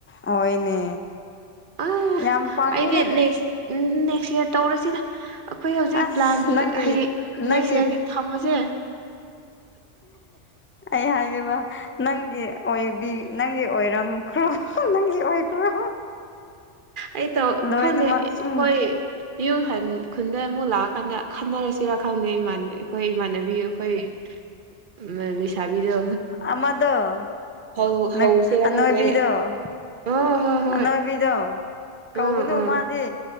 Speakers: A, on the left; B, on the right.
A: ꯑꯣꯏꯅꯦ
B: ꯑ
A: ꯌꯥꯝ ꯄꯥꯡꯉꯦꯗ
B: ꯑꯩꯗꯤ ꯅꯦꯛꯁ ꯅꯦꯛꯁ ꯌꯌꯥꯔ ꯇꯧꯔꯁꯤꯗ ꯑꯩꯈꯣꯏ ꯍꯧꯖꯤꯛ
A: ꯑꯁ
B: ꯄ꯭ꯂꯥꯟ ꯇꯧꯔ
A: ꯅꯪꯒꯤ
B: ꯍꯌꯦꯡ
A: ꯅꯪꯒꯤ
B: ꯅꯦꯛꯁ ꯏꯌꯥꯔꯒꯤ ꯊꯝꯃꯁꯦ
A: ꯑꯩ ꯍꯥꯏꯈꯤꯕ ꯅꯪꯒꯤ ꯑꯣꯏꯕꯤ ꯅꯪꯒꯤ ꯑꯣꯏꯔꯝꯈ꯭ꯔꯣ ꯅꯪꯒꯤ ꯑꯣꯏꯈ꯭ꯔꯣ
B: ꯑꯩ ꯇ
A: ꯂꯣꯏꯅꯃꯛ
B: ꯈꯥꯎꯅꯦ
A: ꯎꯝ
B: ꯍꯣꯏ ꯌꯨꯝ ꯈꯨꯟꯗ ꯑꯃꯨꯛ ꯂꯥꯛꯑꯀꯥꯟꯗ ꯈꯟꯅꯔꯁꯤꯔꯥ ꯈꯪꯗꯦ ꯏꯃꯥꯟꯅ ꯑꯩꯈꯣꯏ ꯏꯃꯥꯟꯅꯕꯤ ꯑꯩꯈꯣꯏ ꯆꯕꯤꯗꯣ
A: ꯑꯃꯗꯣ
B: ꯍꯧ
A: ꯑꯅꯣꯏꯕꯤꯗꯣ
B: ꯍꯧꯁꯦꯔꯥ ꯈꯪꯗꯦ ꯑꯣ ꯍꯣꯏ ꯍꯣꯏ
A: ꯑꯅꯣꯏꯕꯤꯗꯣ
B: ꯎꯝ
A: ꯀꯧꯅꯨ
B: ꯎꯝ
A: ꯃꯥꯗꯤ